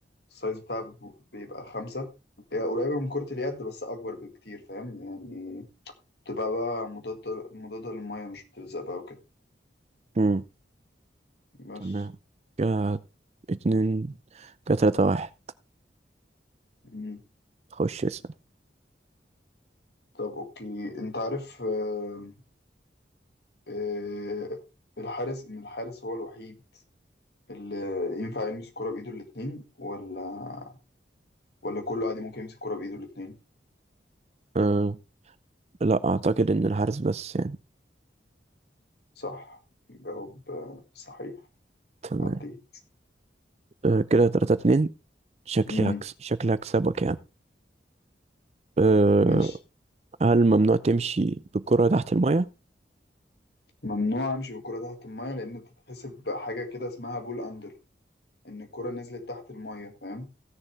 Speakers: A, on the left; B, on the right.
A: السايز بتاعها بيبقى بيبقى خمسة هي قريبة من كرة اليد بس أكبر بكتير فاهم يعني بتبقى بقى مضادة مضادة للمية مش بتلزق بقى وكده
B: امم
A: بس
B: تمام كده اتنين كده تلاتة واحد
A: مم.
B: خش اسأل
A: طب أوكي أنت عارف آه، آه، الحارس إن الحارس هو الوحيد اللي ينفع يمسك الكرة بإيده الاتنين ولا ولا كله عادي ممكن يمسك الكرة بإيده الاتنين
B: آه لا اعتقد ان الحارس بس يعني
A: صح جواب آه، صحيح
B: تمام
A: عدي
B: آه كده تلاتة اتنين شكلي
A: مم.
B: هكس شكلي هكسبك يعني أه
A: ماشي
B: هل ممنوع تمشي بالكرة تحت المية؟
A: ممنوع امشي بالكرة تحت المية لان بتتحسب حاجة كده اسمها بول اندر ان الكرة نزلت تحت المية فاهم